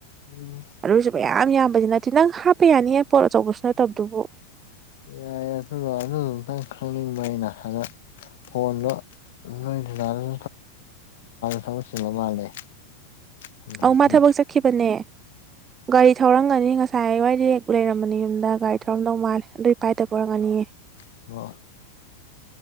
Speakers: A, on the left; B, on the right.
A: ꯎꯝ
B: ꯑꯨꯁꯨ ꯃꯌꯥꯝ ꯌꯥꯝꯕꯁꯤ ꯅꯠꯇꯦ ꯅꯪ ꯍꯥꯞꯄ ꯌꯥꯅꯤꯌꯦ ꯄꯣꯠ ꯑꯆꯧꯕꯁꯨ ꯅꯠꯇꯕꯗꯨꯕꯨ
A: ꯌꯥꯏ ꯑꯗꯨꯗ ꯑꯗꯨ ꯑꯨꯛꯇꯪ ꯈꯪꯅꯤꯡꯕ ꯑꯩꯅ ꯑꯗ ꯐꯣꯟꯗꯣ ꯅꯣꯏ <unintelligible> ꯃꯗꯣ ꯊꯕꯛ ꯆꯤꯟꯕꯥ ꯃꯥꯜꯂꯦ ꯑꯗꯒꯤ
B: ꯑꯧ ꯃꯥ ꯊꯕꯛ ꯆꯠꯈꯤꯕꯅꯦ ꯒꯥꯔꯤ ꯊꯧꯔꯝꯒꯅꯤ ꯉꯁꯥꯏꯋꯥꯏꯗꯤ ꯂꯩꯔꯝꯕꯅꯤ ꯌꯨꯝꯗ ꯒꯥꯔꯤ ꯊꯧꯔꯝꯗꯧ ꯃꯥꯜꯂꯦ ꯑꯗꯨꯒꯤ ꯄꯥꯏꯗꯕ ꯑꯣꯏꯔꯝꯒꯅꯤꯌꯦ
A: <unintelligible>